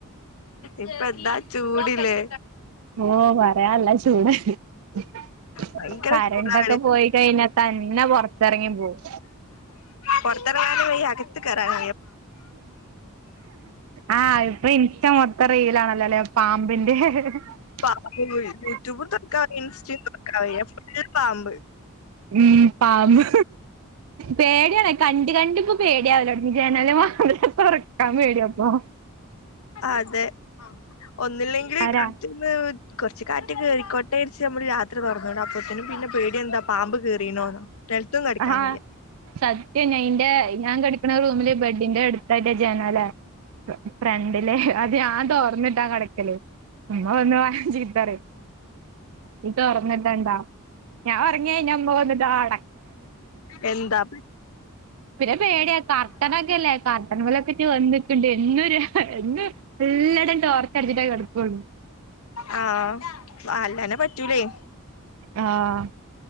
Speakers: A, on the left; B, on the right.
A: ഇപ്പ എന്താ ചൂട് ഇല്ലേ
B: ഓ പറയാല്ലേ <unintelligible>
A: ഭയങ്കര
B: കരണ്ടൊക്കെ
A: ചൂടാണ്
B: പോയി കഴിഞ്ഞാ തന്നെ പൊറത്തിറങ്ങി പോകും
A: <unintelligible> അകത്തു കയറാൻ
B: ആ ഇപ്പ ഇൻസ്റ്റ മൊത്തം റീലാണ് ഇന്നലെ പാ- <unintelligible>
A: പാമ്പ് യൂട്യൂബും തുറക്കാൻ വയ്യ ഇൻസ്റ്റയും തുറക്കാൻ വയ്യ ഫുൾ പാമ്പ്
B: ഉം പാമ്പ്‌ പേടിയാണ് കണ്ട് കണ്ട് പേടിയാവല് തൊടങ്ങി ജനലും വാതി തൊറക്കാൻ പേടിയാപ്പൊ
A: അതെ ഒന്നില്ലെങ്കിൽ
B: ആരാ
A: <unintelligible> കൊറച്ച് കാറ്റ് കേറിക്കോട്ടെ ര്ച്ച് നമ്മൾ രാത് <unintelligible> അപ്പത്തിനും പിന്നെ പേടി എന്താ പാമ്പ് കേറീണോന്നോ നിലത്തും കെടക്കാൻ
B: ആഹ
A: വയ്യ
B: സത്യം ഞാ ഇന്റെ ഞാൻ കിടക്കണ റൂമില് ബെഡ് അതിന്റെ അടുത്തായിട്ട ജനാല ഫ്രണ്ടിലെ അത് ഞാൻ തോർന്നിട്ടാ കിടക്കല് ഉമ്മ വന്ന് പറയും നീ തുറന്നിടണ്ട ഞാൻ ഉറങ്ങിക്കഴിഞ്ഞ ഉമ്മ വന്നിട്ട് ഹാ <unintelligible>
A: എന്താ
B: പിന്നെ പേടിയാ കർട്ടനൊക്കെയല്ലേ കർട്ടൻ <unintelligible> വന്നിട്ടണ്ട് എന്നൊരു എന്നെ <unintelligible> ഓർത്ത് അടച്ചിട്ടേ കെടുക്കുള്ളു
A: ആഹ് അല്ലാനെ പറ്റൂലേയ്
B: ആഹ്